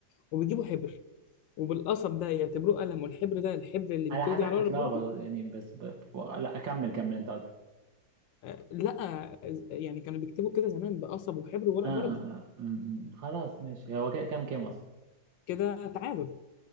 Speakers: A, on the left (about 80°); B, on the right (about 80°).
A: وبيجيبوا حبر وبالقصب ده يعتبروه قلم والحبر ده الحبر اللي
B: على
A: بيكتبوا
B: حسك
A: بيه على
B: متلخبط
A: ورق البردي
B: يعني بس ب... ب- لا كمل كمل انت ادرى
A: آه، لا يعني كانوا بيكتبوا كده زمان بقصب وحبر وورق
B: آه آه
A: بردي
B: آه. م- م. خلاص ماشي هو كده كام كام اصلا
A: كده تعادل